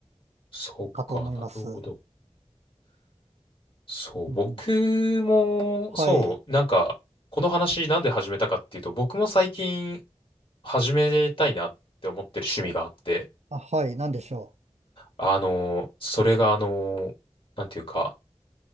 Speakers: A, on the left; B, on the right.
A: そっか、
B: かと思います。
A: なるほど。そう、
B: うんうん
A: 僕も、
B: はい。
A: そう、なんか、この話なんで始めたかっていうと、僕も最近始めたいなって思ってる趣味があって、
B: あ、あはい。なんでしょ
A: あの、それがあの、なんていうか、